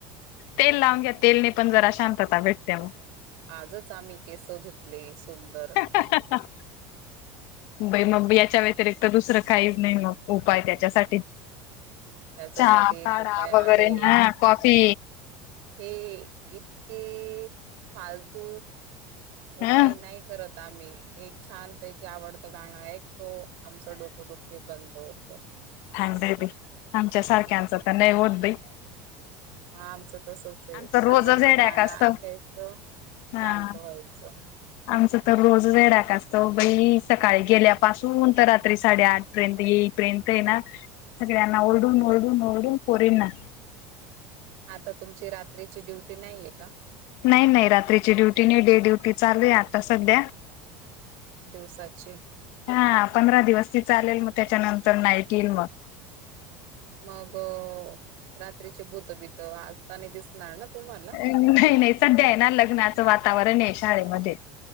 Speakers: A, on the left; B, on the right.
A: तेल लावून घ्या तेलने पण जरा शांतता भेटते मग.
B: आजच आम्ही केस धुतले सुंदर.
A: <unintelligible> बई मग याच्या व्यतिरिक्त दुसरं काही नाही मग उपाय त्याच्यासाठी.
B: त्याच्यासाठी
A: चहा
B: एक
A: काडा
B: उपाय आहे.
A: वगैरे हा कॉफी.
B: हे इतके फालतू उपाय
A: ह
B: नाही करत आम्ही एक छानपैकी आवडतं गाणं एक तो आमच डोको दुख बंद होत.
A: फायदा आहे बाई आमच्या सारख्यांच
B: मग
A: तर नाही होत बई.
B: हा आमचं तसच आहे
A: आमचं रोजच
B: आवडतं
A: हेड्याक
B: गाणं
A: असत
B: ऐकायचं
A: हा
B: शांत व्हायचं.
A: आमचं तर रोज हे डॅक असतो बाई सकाळी गेल्यापासून तर रात्री साडेआठ पर्यंत येईपर्यंत आहे ना सगळ्यांना ओरडून ओरडून ओरडून पोरींना
B: आता तुमची रात्रीची ड्युटी नाहीये का.
A: नाही नाही रात्रीची ड्युटी नाही डे ड्युटी चालू आहे आता सध्या.
B: दिवसाची.
A: हा पंधरा दिवस ती चालेल मग त्याच्यानंतर नाईट येईल मग.
B: मग रात्रीची भूतबीत आता नाही दिसणार ना तुम्हाला.
A: नाही नाही सध्या आहे ना लग्नाचं वातावरण आहे शाळेमध्ये